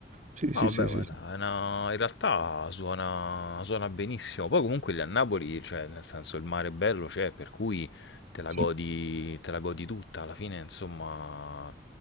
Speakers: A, on the right (about 40°); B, on the left (about 70°).
A: Sì, sì,
B: No,
A: sì,
B: vabbè, guarda,
A: sì, sì.
B: è una- in realtà suona, suona benissimo. Poi comunque lì a Napoli, cioè, nel senso, il mare è bello, c'è, per cui te la
A: Sì.
B: godi, te la godi tutta, alla fine, insomma...